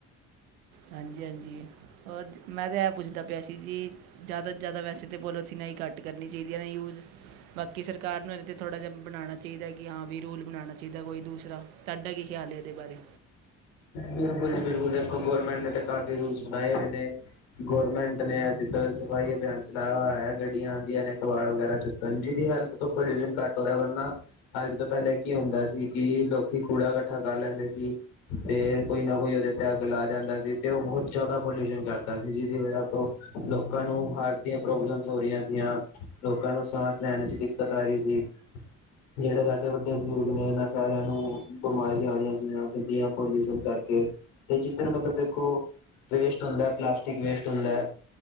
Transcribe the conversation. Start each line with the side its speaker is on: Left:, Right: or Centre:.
Right: ਹਾਂਜੀ-ਹਾਂਜੀ, ਹੋਰ ਮੈਂ ਤਾਂ ਇਹ ਪੁੱਛਦਾ ਵੈਸੇ ਜੀ ਜ਼ਿਆਦਾ ਤੋਂ ਜ਼ਿਆਦਾ ਵੈਸੇ ਤਾਂ ਪੋਲੋਥੀ ਨਾ ਹੀ ਘੱਟ ਕਰਨੀ ਚਾਹੀਦੀ ਇਹ ਨਾ ਯੂਜ਼। ਬਾਕੀ ਸਰਕਾਰ ਨੂੰ ਇਹਦੇ ਤੇ ਥੋੜ੍ਹਾ ਜਿਹਾ ਬਣਾਉਣਾ ਚਾਹੀਦਾ ਹੈ ਕਿ ਹਾਂ ਵੀ ਰੂਲ ਬਣਾਉਣਾ ਚਾਹੀਦਾ ਕੋਈ ਦੂਸਰਾ। ਤੁਹਾਡਾ ਕੀ ਖਿਆਲ ਹੈ ਇਹਦੇ ਬਾਰੇ।
Left: ਬਿਲਕੁਲ ਜੀ ਬਿਲਕੁਲ ਦੇਖੋ ਗੌਰਰਮੈਂਟ ਨੇ ਤੇ ਕਾਫੀ ਰੂਲਸ ਬਣਾਏ ਹੋਏ ਨੇ। ਗੌਰਮੈਂਟ ਨੇ ਅੱਜ ਕੱਲ੍ਹ ਸਫ਼ਾਈ ਅਭਿਆਨ ਚਲਾਇਆ ਹੋਇਆ ਹੈ ਗੱਡੀਆਂ ਆਉਂਦੀਆਂ ਨੇ ਕਬਾੜ ਵਗੈਰਾ ਚੁੱਕਣ ਜਿਹਦੀ ਹਾਲ ਪ੍ਰੋਲਿਊਸ਼ਨ ਕੱਟ ਰਿਹਾ ਲੈਬਲ ਨਾਲ। ਅੱਜ ਤੋਂ ਪਹਿਲਾਂ ਕੀ ਹੁੰਦਾ ਸੀ ਕਿ ਲੋਕੀ ਕੂੜਾ ਇਕੱਠਾ ਕਰ ਲੈਂਦੇ ਸੀ। ਫੇਰ ਕੋਈ ਨਾ ਕੋਈ ਉਹਦੇ ਤੇ ਅੱਗ ਲਾ ਜਾਂਦਾ ਸੀ ਤੇ ਉਹ ਬਹੁਤ ਜ਼ਿਆਦਾ ਪੋਲਿਊਸ਼ਨ ਕਰਦਾ ਸੀ ਜਿਹਦੀ ਵਜ੍ਹਾ ਲੋਕਾਂ ਨੂੰ ਹਾਰਟ ਦੀਆਂ ਪ੍ਰੋਬਲਮਸ ਹੋ ਰਹੀਆਂ ਸੀ ਲੋਕਾਂ ਨੂੰ ਸਾਂਸ ਲੈਣ ਚ ਦਿੱਕਤ ਆ ਰਹੀ ਸੀ। ਜਿਹੜੇ ਸਾਡੇ ਵੱਡੇ ਬਜ਼ੁਰਗ ਨੇ ਇਹਨਾਂ ਸਾਰਿਆਂ ਨੂੰ ਬਿਮਾਰੀਆਂ ਹੋਈਆਂ ਸੀਗੀਆਂ ਪੋਲਿਊਸ਼ਨ ਕਰਕੇ ਤੇ ਜਿੱਧਰ ਮਤਲਬ ਦੇਖੋ ਵੇਸਟ ਹੁੰਦਾ ਪਲਾਸਟਿਕ ਵੇਸਟ ਹੁੰਦਾ ਹੈ।